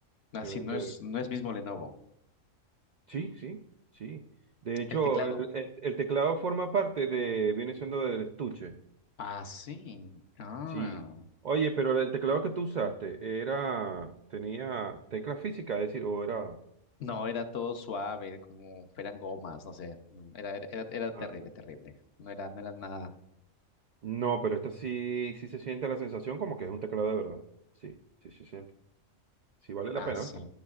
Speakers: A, on the left; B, on the right.
A: Así
B: que vende.
A: no es, no es mismo Lenovo.
B: Sí, sí, sí. De hecho,
A: El teclado.
B: el, el- el teclado forma parte de, viene siendo del estuche.
A: Ah, sí. Ah.
B: Sí. Oye, pero el teclado que tú usaste era, tenía tecla física, es decir, o era...
A: No, era todo suave, como eran gomas, no sé. Era, era, era, era terrible,
B: Ah.
A: terrible. No era, no era nada.
B: No, pero esta sí, sí se siente la sensación como que es un teclado de verdad. Sí, sí se siente. Sí vale la
A: Ah,
B: pena,
A: sí.
B: ¿viste?